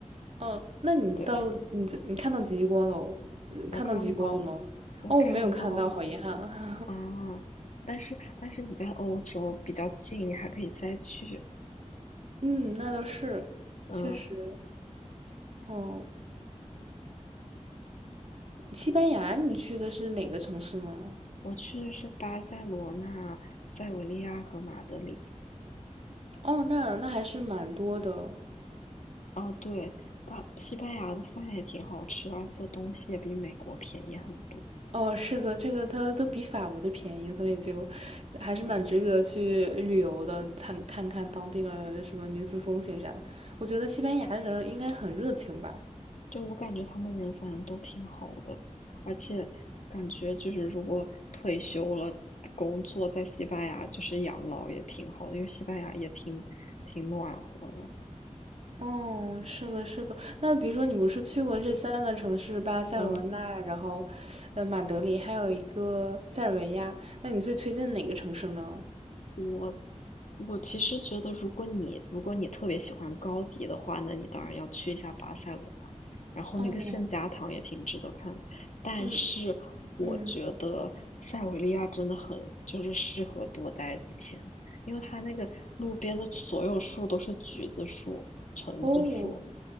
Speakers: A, on the right; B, on the left.
A: 嗯，那你到你在你看到极光了哦呃看到极光了吗？
B: 对我看到了，我看到了
A: 哦，我没有看到，好遗憾啊。
B: 啊，但是但是你在欧洲比较近，你还可以再去，
A: <laughs> 嗯，那倒是，
B: 嗯，
A: 确实。哦，西班牙，你去的是哪个城市呢？
B: 我去的是巴塞罗那、塞维利亚和马德里。
A: 哦，那那还是蛮多的。
B: 哦，对，把西班牙的饭也挺好吃，而且东西也比美国便宜很多。
A: 哦，是的，这个它都比法国的便宜，所以就还是蛮值得去旅游的，看看看当地的什么民俗风情啥的。我觉得西班牙人应该很热情吧。
B: 就我感觉他们人反正都挺好的，而且感觉就是如果退休了不工作，在西班牙就是养老也挺好的，因为西班牙也挺挺暖和的。
A: 哦，是的，是的。那比如说，你不是去过这三个城市——巴塞罗那，
B: 嗯。
A: 然后，呃，马德里，还有一个塞尔维亚。那你最推荐哪个城市呢？
B: 我我其实觉得，如果你如果你特别喜欢高迪的话，那你当然要去一下巴塞罗那，然后那个圣家堂也挺值得看的。
A: 哦，
B: 但是我觉得塞维利亚真的很就是适合多待几天，
A: 嗯嗯，
B: 因为它那个路边的所有树都是橘子树、橙子树，
A: 哦。